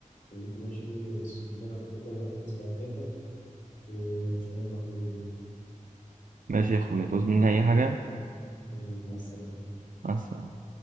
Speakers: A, on the left; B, on the right.
A: خليك ماشي وبص قدامك كده وركز في اهدافك وان شاء الله خير
B: ماشي يا اخويا تعوز مني اي حاجه
A: حبيبي مع السلامه
B: مع السلامة.